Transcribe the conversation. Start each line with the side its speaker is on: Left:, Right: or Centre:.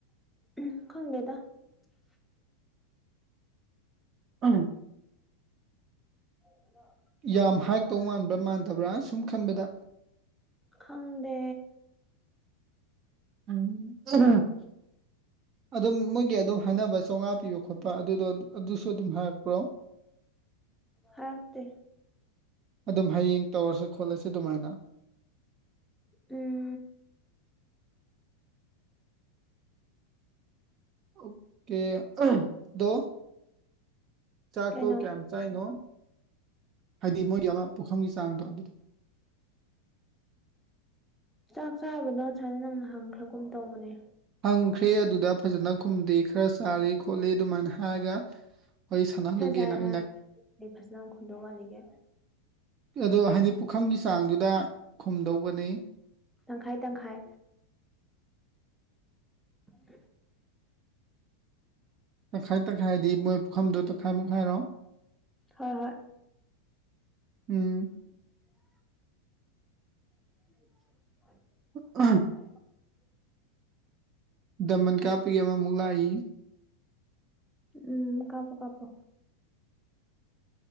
Centre: ꯎ ꯈꯪꯦꯗ <inaudible>
Right: ꯑ
Centre: <unintelligible>
Right: ꯌꯥꯝ ꯍꯥꯏ ꯇꯧ ꯃꯥꯟꯕ꯭ꯔꯥ ꯃꯥꯟꯗꯕ꯭ꯔꯥ ꯁꯨꯝ ꯈꯟꯕꯗ
Centre: ꯈꯪꯗꯦ
Right: ꯎꯝ ꯑꯗꯨꯝ ꯃꯣꯏꯒꯤ ꯑꯗꯨꯝ ꯍꯥꯏꯅꯕ ꯆꯥꯝꯃꯉꯥ ꯄꯤꯕ ꯈꯣꯠꯄ ꯑꯗꯨꯗꯣ ꯑꯗꯨꯁꯨ ꯑꯗꯨꯝ ꯍꯥꯏꯔꯛꯄ꯭ꯔꯣ
Centre: ꯍꯥꯏꯔꯛꯇꯦ
Right: ꯑꯗꯨꯝ ꯍꯌꯦꯡ ꯇꯧꯔꯁꯤ ꯈꯣꯠꯂꯁ ꯑꯗꯨꯃꯥꯏꯅ
Centre: ꯎꯝ
Right: ꯑꯣꯀꯦ ꯗꯣ ꯆꯥꯛ
Centre: ꯀꯩꯅꯣ
Right: ꯇ ꯀ ꯀꯥꯏꯅꯣ ꯍꯥꯏꯗꯤ ꯃꯣꯏꯗꯤ ꯑꯃ ꯄꯨꯈꯝꯒꯤ ꯆꯥꯡꯗꯣ ꯑꯗꯨꯗꯣ
Centre: ꯆꯥꯛ ꯆꯥꯕꯗꯣ ꯁꯨꯃꯥꯏꯅ ꯅꯪꯅ ꯍꯪꯈ꯭ꯔꯒꯨꯝ ꯇꯧꯕꯅꯦ
Right: ꯐꯪꯈ꯭ꯔꯦ ꯑꯗꯨꯗ ꯐꯖꯅ ꯈꯨꯝꯗꯦ ꯈꯔ ꯆꯥꯔꯤ ꯈꯣꯠꯂꯤ ꯑꯗꯨꯃꯥꯏꯅ ꯍꯥꯏꯔꯒ ꯋꯥꯔꯤ ꯁꯥꯟꯅꯍꯜꯂꯨꯒꯦꯅ
Centre: ꯈꯖꯥ
Right: ꯑꯩꯅ
Centre: ꯑꯩ ꯐꯖꯅ ꯈꯨꯟꯗꯣꯡ ꯋꯥꯠꯂꯤꯒꯦ
Right: ꯑꯗꯣ ꯍꯥꯏꯗꯤ ꯄꯨꯈꯝꯒꯤ ꯆꯥꯡꯗꯨꯗ ꯈꯨꯝꯗꯧꯕꯅꯤ
Centre: ꯇꯪꯈꯥꯏ ꯇꯪꯈꯥꯏ <inaudible>
Right: ꯇꯪꯈꯥꯏ ꯇꯪꯈꯥꯏꯗꯤ ꯃꯣꯏ ꯄꯨꯈꯝꯗꯨꯣ ꯇꯪꯈꯥꯏ ꯃꯨꯛꯈꯥꯏꯔꯣ
Centre: ꯍꯣꯏ ꯍꯣꯏ
Right: ꯎꯝ
Centre: <unintelligible> <unintelligible>
Right: <unintelligible>
Centre: <unintelligible>
Right: ꯗꯃꯟ ꯀꯥꯞꯄꯒꯤ ꯑꯃꯃꯨꯛ ꯂꯥꯛꯏ
Centre: ꯎꯝ ꯀꯥꯄꯣ ꯀꯥꯄꯣ